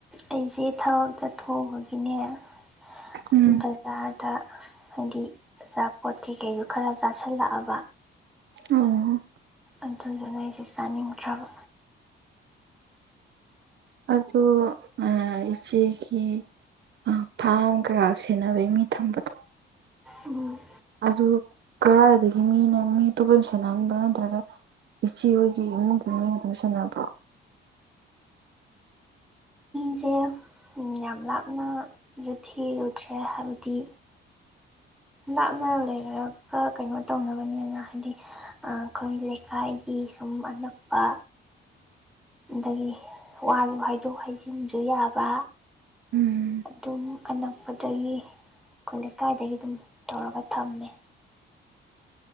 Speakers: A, in the centre; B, on the right.
A: ꯑꯩꯖꯦ ꯊꯕꯛ ꯆꯠꯊꯣꯛꯎꯕꯒꯤꯅꯦ <unintelligible>
B: ꯎꯝ
A: ꯕꯖꯥꯔꯗ ꯍꯥꯏꯗꯤ ꯑꯆꯥꯄꯣꯠ ꯀꯩꯀꯩꯖꯨ ꯈꯔ ꯆꯥꯁꯤꯜꯂꯛꯑꯕ
B: ꯎꯝꯍꯨꯝ
A: ꯑꯗꯨꯗꯨꯅ ꯑꯩꯖꯦ ꯆꯥꯅꯤꯡꯗ꯭ꯔꯕ
B: ꯑꯗꯨ ꯑꯥ ꯏꯆꯦꯒꯤ ꯑꯥ ꯐꯥꯝ ꯀꯩꯀꯥ ꯁꯦꯟꯅꯕꯩ ꯃꯤ ꯊꯝꯕꯗꯣ
A: ꯎꯝ
B: ꯑꯗꯨ ꯀꯔꯥꯏꯗꯒꯤ ꯃꯤꯅ ꯃꯤ ꯑꯇꯣꯞꯄꯅ ꯁꯦꯅꯍꯟꯕ꯭ꯔꯥ ꯅꯠꯇ꯭ꯔꯒ ꯏꯆꯦ ꯍꯣꯏꯒꯤ ꯏꯃꯨꯡꯒꯤ ꯃꯤꯅ ꯑꯗꯨꯝ ꯁꯦꯟꯅꯕ꯭ꯔꯣ
A: ꯁꯤꯌꯨ ꯎꯝ ꯌꯥꯝ ꯂꯥꯞꯅ ꯖꯨ ꯊꯤꯔꯨꯗ꯭ꯔꯦ ꯍꯥꯏꯕꯗꯤ ꯂꯥꯞꯅ ꯂꯩꯔꯒ ꯀꯩꯅꯣ ꯇꯧꯅꯕꯅꯦꯅ ꯍꯥꯏꯗꯤ ꯑꯥ ꯈꯣꯏ ꯂꯩꯀꯥꯏꯒꯤ ꯁꯨꯝ ꯑꯅꯛꯄ ꯑꯗꯒꯤ ꯋꯥꯁꯨ ꯍꯥꯏꯩꯗꯣꯛ ꯍꯥꯏꯖꯤꯟꯖꯨ ꯌꯥꯕ
B: ꯎꯝ
A: ꯑꯗꯨꯝ ꯑꯅꯛꯄꯗꯒꯤ ꯈꯨꯜ ꯂꯩꯀꯥꯏꯗꯒꯤ ꯑꯗꯨꯝ ꯇꯧꯔꯒ ꯊꯝꯃꯦ